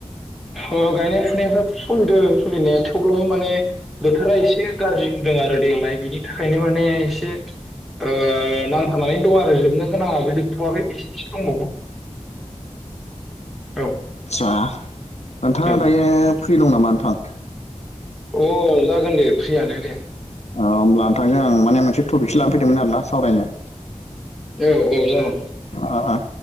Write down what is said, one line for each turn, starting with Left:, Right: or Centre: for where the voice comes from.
Centre: अ गायनाय फुनायफ्राथ' सोलिदों सोलिनाया थेवब्लाबो माने। बोथोरा एसे गाज्रि होदों आरो देनाय दोनि थाखायनो माने एसे ओ नांथानानै दं आरो जोबनो गोनाङाबो जो थावखै एसे एसे दंबावो औ
Left: सारा नोंथाङा
Centre: औ
Left: दायो फ्रि दं नामा नोंथां
Centre: अ जागोन दे फ्रियानो दे
Left: अ होमब्ला नोंथांजों आं मोने टपिकसो लानाफैदोंमोन आरोना सावरायनो
Centre: औ औ जागोन
Left: अ अ